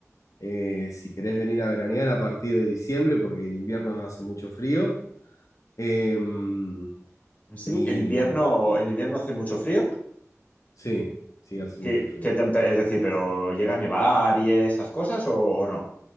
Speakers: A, on the left; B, on the left.
A: Eh, si querés venir a veranear a partir de diciembre, porque en invierno hace mucho frío. Em,
B: Sí,
A: y
B: en invierno, en invierno hace mucho frío.
A: sí, sí, hace
B: ¿Qué,
A: mucho frío.
B: qué temper- es decir, pero llega a nevar y esas cosas o, o no?